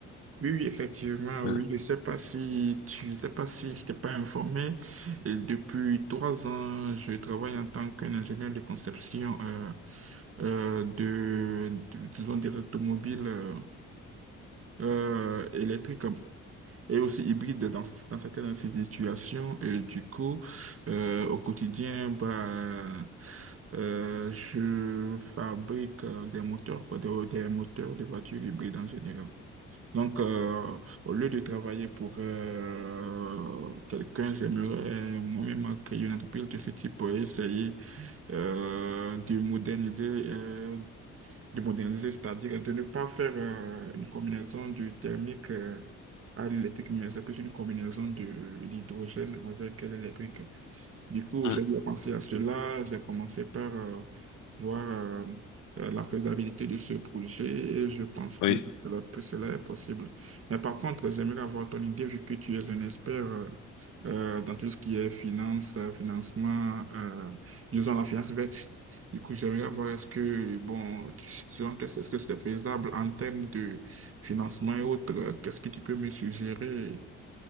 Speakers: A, on the right; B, on the left.
A: Oui, oui, effectivement, oui.
B: Euh,
A: Je sais pas si tu, je sais pas si je t'ai pas informé. Et depuis trois ans, je travaille en tant qu'ingénieur de conception euh, euh, de, de- disons, des automobiles euh, euh, électriques euh, et aussi hybrides dans, dans certaines situations. Et du coup, euh, au quotidien, bah, euh, je fabrique euh, des moteurs, quoi, des, des moteurs de voitures hybrides en général. Donc, euh, au lieu de travailler pour euh, quelqu'un, j'aimerais moi-même créer une entreprise de ce type et essayer euh, de moderniser, euh, de moderniser, c'est-à-dire de ne pas faire euh, une combinaison du thermique euh, à l'électrique, mais c'est plus une combinaison de l'hydrogène avec l'électrique. Du coup,
B: euh,
A: j'ai eu à penser à cela. J'ai commencé par euh, voir euh, euh, la faisabilité de ce projet et je pense que
B: oui.
A: cela, peut- cela est possible. Mais par contre, j'aimerais avoir ton idée vu que tu es un expert euh, euh, dans tout ce qui est finance, euh, financement, euh, disons la finance verte. Du coup, j'aimerais voir est-ce que, bon, tu- selon qu'est-ce est-ce que c'est faisable en termes de financement et autres, euh, qu'est-ce que tu peux me suggérer